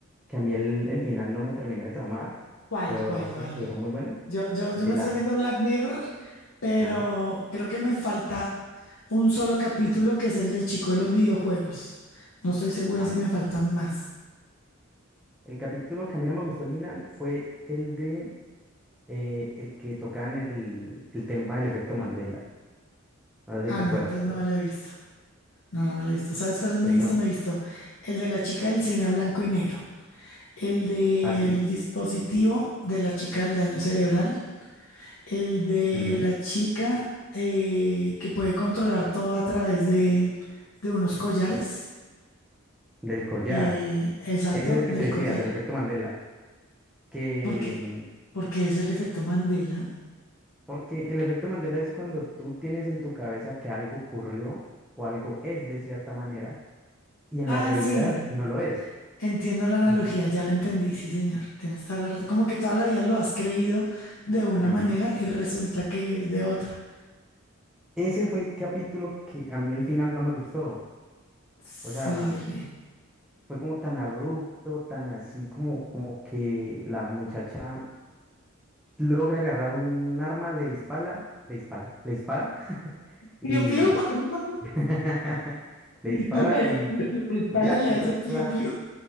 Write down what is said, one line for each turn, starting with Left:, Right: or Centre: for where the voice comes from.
Centre: que a mí el, el final no me terminó de tramar,
Left: ¿Cuál,
Centre: pero
Left: cuál,
Centre: el resto
Left: cuál?
Centre: estuvieron muy buenos.
Left: Yo, yo,
Centre: De
Left: yo me
Centre: la...
Left: estoy viendo Black Mirror, pero
Centre: Ajá,
Left: creo que me falta un solo capítulo que es el del chico de los videojuegos. No estoy segura
Centre: ajá.
Left: si me faltan más.
Centre: El capítulo que a mí no me gustó el final fue el de... eh, el que tocaban el, el tema del efecto Mandela. No sé
Left: Ah,
Centre: si te
Left: no,
Centre: acuerdas.
Left: entonces no me lo he visto. No, no me lo he visto. ¿Sabes cuáles me
Centre: El
Left: he visto?
Centre: don.
Left: Me he visto el de la chica del cine a blanco y negro, el del
Centre: Ah, sí.
Left: dispositivo de la chica del daño cerebral El de
Centre: ujú,
Left: la chica eh, que puede controlar todo a través de, de unos collares.
Centre: Del collar.
Left: Eh, exacto,
Centre: Ese es el que
Left: del
Centre: te decía,
Left: collar.
Centre: del efecto Mandela, que
Left: porque
Centre: mm,
Left: Porque es el efecto Mandela.
Centre: porque el efecto Mandela es cuando tú tienes en tu cabeza que algo ocurrió o algo es de cierta manera y en
Left: Ah,
Centre: la realidad
Left: sí.
Centre: no lo es.
Left: Entiendo la analogía,
Centre: Ujú,
Left: ya la entendí, sí, señor. Tienes toda la razón. Como que toda la vida lo has creído de una
Centre: ujú.
Left: manera y resulta que es de otra.
Centre: Ese fue el capítulo que a mí al final no me gustó.
Left: Sí,
Centre: O sea,
Left: el...
Centre: fue como tan abrupto, tan así como, como que la muchacha logra agarrar un arma, le dispara, le dispara, le dispara. <laughs> y
Left: Piu, piu.
Centre: mm,
Left: <laughs>
Centre: <laughs> Le
Left: La
Centre: dispara y,
Left: espalda
Centre: y ya, quiero
Left: le hace
Centre: ser
Left: pliu,
Centre: la...
Left: pliu.